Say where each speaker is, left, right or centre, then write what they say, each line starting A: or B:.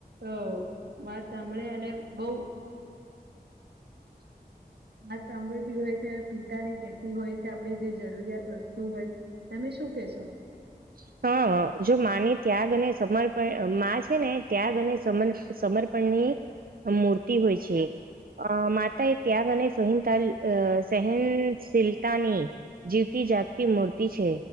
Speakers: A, on the right; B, on the right.
A: અહ વાત સાંભળે અને બહું
B: <inaudible>
A: વાત સાંભળતી હોય ત્યારે પિતાની કેતી હોય કે આપડી જે જરૂરિયાત વસ્તુ હોય. તમે શું કહેશો?
B: <inaudible> હા, જો માં ને ત્યાગ અને સમર્પણ માં છે ને ત્યાગ અને સમર સમર્પણની મૂર્તિ હોય છે એક. અહ માતા એ ત્યાગ અને સહિનતાલ સહેનશીલતાની જીવતી જાગતી મૂર્તિ છે.